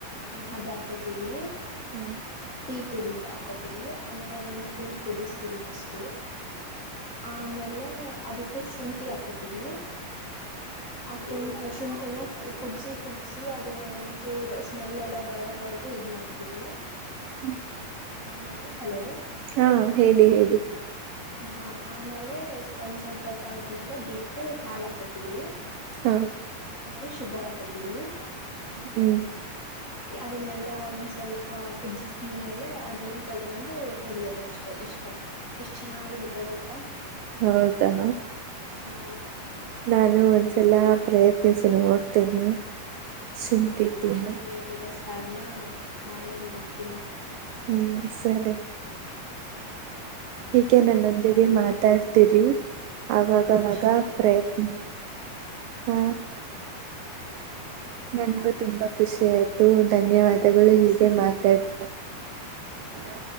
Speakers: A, on the left; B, on the right.
A: ಹಾ ಅದು ಹಾಕೋತೀವಿ
B: ಹ್ಮ್
A: ಟೀ ಪುಡಿ ಹಾಕೋತಿೀವಿ ಆಮೇಲೆ ಅದನ್ನು ಫುಲ್ ಕುದಿಸ್ತೀವಿ ಫಸ್ಟ್ ಆಮೇಲೆ ಅದಕ್ಕೆ ಶುಂಠಿ ಹಾಕತೀವಿ ಆ ಕು ಶುಂಠಿನ ಕುದಸಿ ಕುದಸಿ ಅದು ಒಚೂರ್ ಸ್ಮೆಲ್ ಎಲ್ಲ ಬರೋವರೆಗೂ ಇದ್ ಮಾಡ್ತೀವಿ
B: ಹ್ಮ್
A: ಆಮೇಲೆ ಹಲೋ
B: ಹಾ ಹೇಳಿ ಹೇಳಿ
A: ಹಾ ಆಮೇಲೆ ಸ್ಪಂದ್ ಸ್ವಲ್ಪ ಹೊತ್ತಾದ್ಮೇಲೆ ಬಿಟ್ಟು ಹಾಲ್ ಹಾಕೋತಿದೀವಿ
B: ಹಾ
A: ಆಮೇಲೆ ಶುಗರ್ ಹಾಕತೀವಿ
B: ಹ್ಮ್
A: ಅದನ್ನೆಲ್ಲಾ ಒಂದ್ ಸ್ವಲ್ಪ ಕುಜ್ಜಿಸಿದ ಮೇಲೆ ಅದನ್ನ ತಗೊಂಡು ಕುಡಿಯೋದು ಅಷ್ಟೆ ಇಷ್ಟೇಷ್ಟ ಚೆನ್ನಾಗಿರುತ್ತೆ ಗೊತ್ತಾ
B: ಹೌದಾ
A: ಹಾ
B: ನಾನು ಒಂದ್ಸಲ ಪ್ರಯತ್ನಿಸಿ ನೋಡ್ತೇನಿ
A: ಹಾ
B: ಶುಂಠಿ
A: ನೋಡಿ ನಾನು
B: ಟೀನ
A: ನೀವ್ ಹೇಳಿರೋ ಯಾರ್ನ ಮಾಡಿ ನೋಡ್ತೀನಿ
B: ಹ್ಮ್ ಸರಿ ಹೀಗೆೆ ನನ್ನೊಂದಿಗೆ
A: ಸರಿ
B: ಮಾತಾಡ್ತೀರಿ ಆವಾಗವಾಗ
A: ನನ್ಗೂ ಖುಷಿ ಆಯ್ತು
B: ಪ್ರಯತ್ನ
A: ನಿಮ್ ಜೊತೆ
B: ಹ
A: ಹ್ಮ
B: ನನ್ಗೂ ತುಂಬಾ ಖುಷಿ ಆಯ್ತು ಧನ್ಯವಾದ ಮಗಳು
A: ಜಾಸ್ತಿ
B: ಹೀಗೆ ಮಾತಾಡ್ <inaudible>